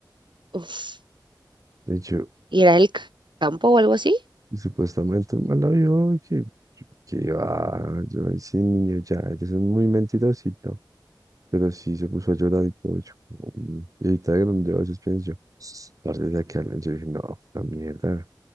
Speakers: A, on the right; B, on the right.
A: Uf.
B: Y yo,
A: y era el campo o algo así.
B: y supuestamente el man la vio y que, que iba, yo, "Ay, sí, niño, ya, eres un muy mentirosito. Pero sí se puso a llorar y todo. Yo, como, "Mm". y ahorita de grande, yo a veces pienso, tarde de que hablen, yo dije, no, la mierda.